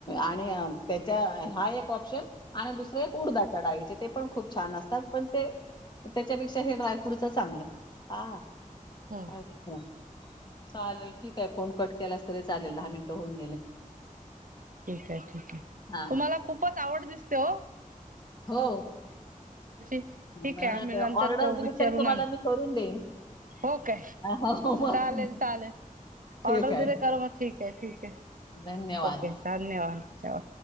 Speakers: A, on the left (about 30°); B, on the right (about 70°).
A: आणि त्याच्या हा एक ऑप्शन आणि दुसरे एक उडदाच्या डाळीचे ते पण खूप छान असतात पण ते त्याच्यापेक्षा हे ड्रायफ्रूटच चांगलं हा.
B: हम्म
A: अच्छा. चालेल ठीक आहे फोन कट केलास तरी चालेल दहा मिनटं होऊन गेले.
B: ठीक आहे ठीक आहे
A: हां,
B: तुम्हाला
A: हां.
B: खूपच आवड दिसते ओ.
A: हो,
B: ठीक
A: मला
B: आहे आम्ही नंतर
A: ऑर्डर
B: करू
A: दिली
B: विचारू
A: तरी तुम्हाला
B: ना
A: मी करून देईन
B: हो काय
A: हो मग,
B: चालेल चालेल
A: ठीक
B: ऑर्डर
A: आहे.
B: दिले कर मग ठीक आहे ठीक आहे.
A: धन्यवाद.
B: ओके धन्यवाद ठेवा.